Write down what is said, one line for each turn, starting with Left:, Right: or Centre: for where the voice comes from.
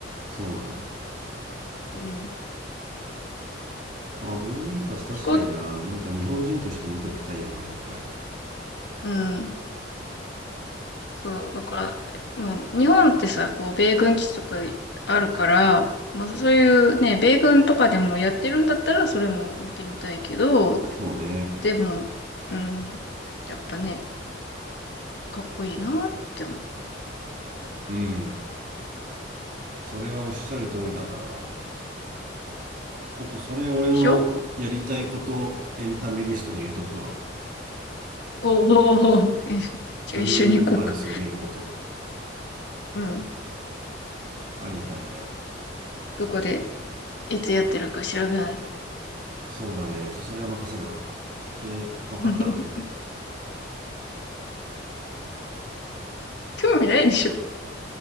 Right: そうなんよ。
Left: うん。
Right: まあ、ブルーインパルス確かにな。
Left: 飛行、
Right: なんか日本人として見ておきたいよな、一回。
Left: うん。そう、だから、もう、日本ってさ、こう、米軍基地とかあるから、まあそういうね、米軍とかでもやってるんだったら、それも見てみたいけど、
Right: そうね。
Left: でも、うん。やっぱね、かっこいいなって思う。で
Right: うん。それはおっしゃる通りだな。ちょっとそれ俺のやりたいことエンタメリストに入れとくわ。
Left: しょおーお <laughs> じゃあ一緒に行こうか。
Right: ブルーインパルスを見ること。
Left: うん。
Right: ありだね。
Left: どこで、いつやってるか調べない。
Right: そうだね。ちょ、それは任せるわ。で、分かったら教えて。
Left: <laughs> 興味ないでしょ。